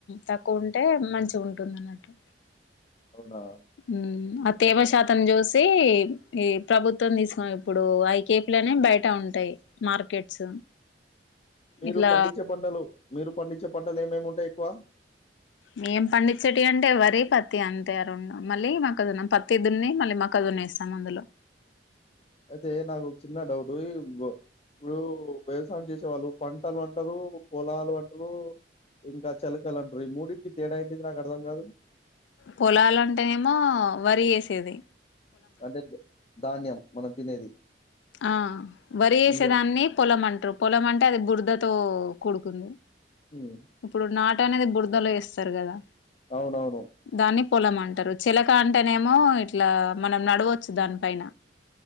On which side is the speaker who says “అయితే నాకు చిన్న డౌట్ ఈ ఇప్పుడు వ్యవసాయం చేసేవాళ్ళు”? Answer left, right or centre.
Left